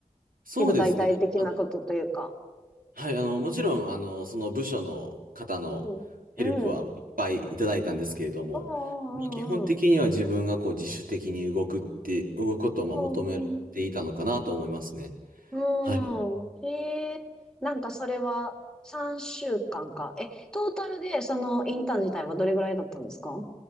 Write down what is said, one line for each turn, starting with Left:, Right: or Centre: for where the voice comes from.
Right: そうですね。
Centre: 結構大体的なことというか。
Right: あはい、あの、もちろん、あの、その部署の方のヘルプはいっぱいいただいたんですけれども、
Centre: うん。うん。うんうん
Right: まあ基本的には自分がこう自主的に動くって、動くことをまあ求めていたのかなと思いますね。
Centre: うんうん。うんうん。うんうんへえ。
Right: はい。
Centre: なんかそれは3週間かんか。え、トータルでそのインターン自体はどれぐらいだったんですか